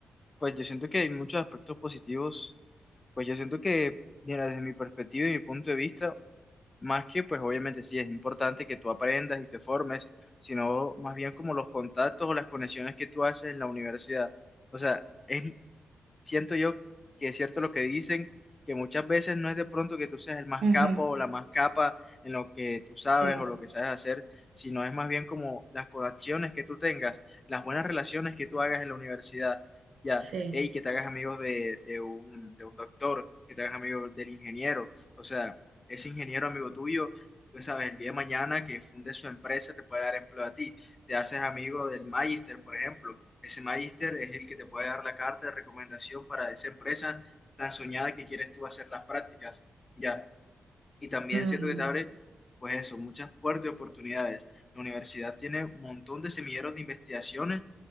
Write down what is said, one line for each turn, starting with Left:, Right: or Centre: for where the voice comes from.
Left: Pues yo siento que hay muchos aspectos positivos, pues yo siento que, mira, desde mi perspectiva y mi punto de vista, más que pues obviamente sí es importante que tú aprendas y te formes, sino más bien como los contactos o las conexiones que tú haces en la universidad. O sea, es siento yo que es cierto lo que dicen, que muchas veces no es de pronto que tú seas el más
Right: Ujú,
Left: capo o la más capa en lo que tú sabes
Right: Sí,
Left: o lo que sabes hacer, sino es más bien como las conexiones que tú tengas, las buenas relaciones que tú hagas en la universidad. Ya,
Right: Sí.
Left: hey, que te hagas amigos de, de un, de un doctor, que te hagas amigo del ingeniero, o sea, ese ingeniero amigo tuyo, tú sabes, el día de mañana que funde su empresa te puede dar empleo a ti te haces amigo del magister, por ejemplo. Ese magister es el que te puede dar la carta de recomendación para esa empresa tan soñada que quieres tú hacer las prácticas, ya. Y también
Right: Ujú,
Left: siento que te abre, pues eso, muchas puertas de oportunidades. La universidad tiene un montón de semilleros de investigaciones